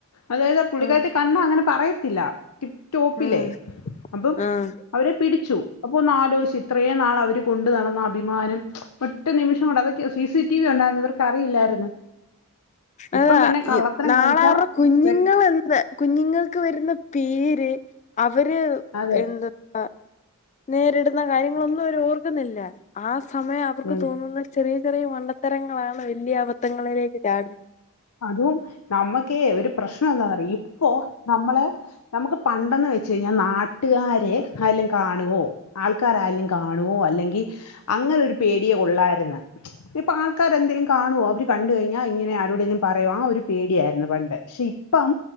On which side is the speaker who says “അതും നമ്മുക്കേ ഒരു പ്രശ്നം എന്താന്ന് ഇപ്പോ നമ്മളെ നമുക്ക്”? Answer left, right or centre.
Left